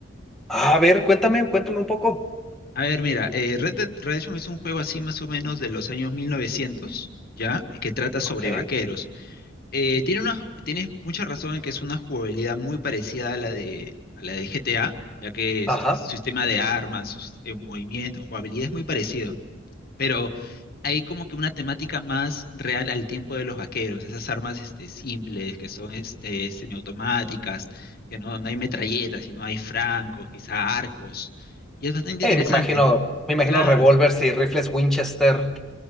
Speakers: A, in the centre; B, on the left.
A: Ah, A ver, cuéntame, cuéntame un poco.
B: A ver, mira, eh, Red Dead Redemption es un juego así más o menos de los años 1900, ¿ya? Que trata sobre
A: Ok.
B: vaqueros. Eh, tiene una, tienes mucha razón en que es una jugabilidad muy parecida a la de, a la de GTA, ya que es-
A: Ajá.
B: es sistema de armas, eh, movimiento, jugabilidad es muy parecido. pero hay como que una temática más real al tiempo de los vaqueros, esas armas este, simples que son este, semiautomáticas, que no, no hay metralletas, sino hay francos, quizá arcos, y es bastante
A: Hey,
B: interesante,
A: me imagino, me imagino
B: claro,
A: revólveres y rifles Winchester.